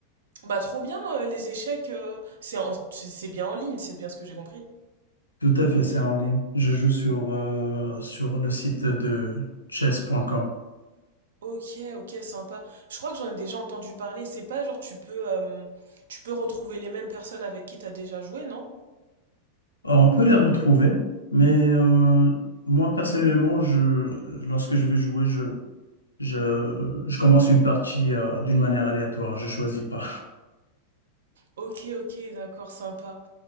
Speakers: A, on the right (about 60°); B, on the left (about 80°).
A: Bah trop bien, euh, les échecs, euh, c'est en- c'est c'est bien en ligne, c'est bien ce que j'ai compris.
B: Tout à fait, c'est en ligne. Je joue sur, euh, sur le site de chess.com.
A: Ok, ok, sympa. Je crois que j'en ai déjà entendu parler. C'est pas genre tu peux, euh, tu peux retrouver les mêmes personnes avec qui t'as déjà joué, non?
B: Euh, On peut les retrouver, mais euh, moi personnellement, je, lorsque je veux jouer, je, je, je commence une partie euh, d'une manière aléatoire, je choisis pas.
A: Ok, ok, d'accord, sympa.